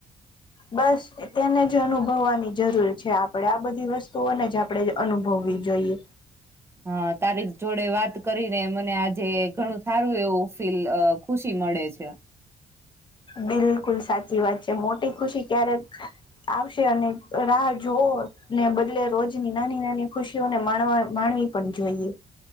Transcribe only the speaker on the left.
બસ તેને જ અનુભવવાની જરૂર છે, આપણેે આ બધી વસ્તુઓને જ આપણે અનુભવવી જોઈએ.
બિલકુલ સાચી વાત છે, મોટી ખુશી ક્યારેક આવશે અને રાહ જોઓ ને બદલે રોજની નાની નાની ખુશીઓને માણવા માણવી પણ જોઈએ.